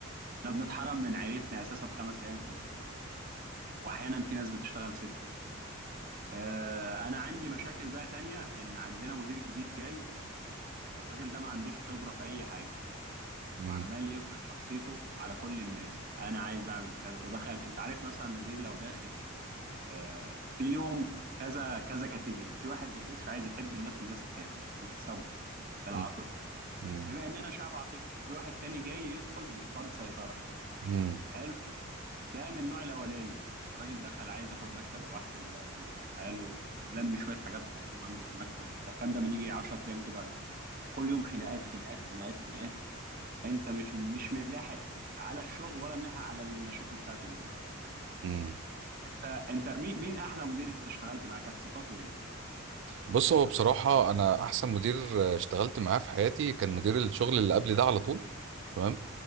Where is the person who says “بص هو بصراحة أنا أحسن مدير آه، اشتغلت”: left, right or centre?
Right